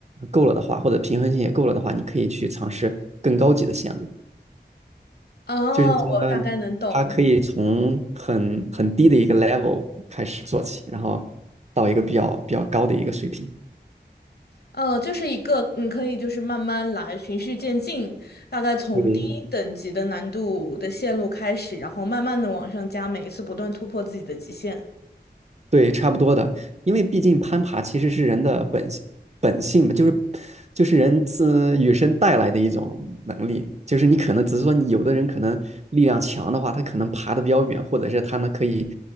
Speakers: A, on the right; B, on the left.
A: 够了的话，或者平衡性也够了的话，你可以去尝试更高级的线路，
B: 哦，
A: 就是说
B: 我大概能懂。
A: 它可以从很很低的一个 level 开始做起，然后到一个比较比较高的一个水平。
B: 嗯，呃就是一个你可以就是慢慢来，循序渐进，大概从低等级的难度的线路开始，
A: 嗯，
B: 然后慢慢的往上加，每一次不断突破自己的极限。
A: 对，差不多的，因为毕竟攀爬其实是人的本性本性嘛，就是就是人自与生带来的一种能力，就是你可能只是说你有的人可能力量强的话，他可能爬的比较远，或者是他们可以